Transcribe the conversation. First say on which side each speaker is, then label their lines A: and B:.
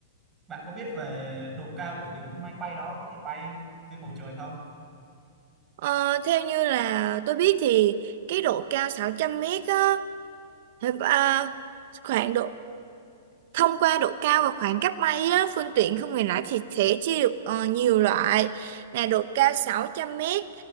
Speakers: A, on the right; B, on the right.
A: bạn có biết về độ cao của những máy bay đó có thể bay trên bầu trời không
B: Ờ, theo như là tôi biết thì cái độ cao 600 mét á, thì, à, khoảng độ Thông qua độ cao và khoảng cách bay á, phương tiện không người lái thì sẽ chia được ờ, nhiều loại là độ cao 600 mét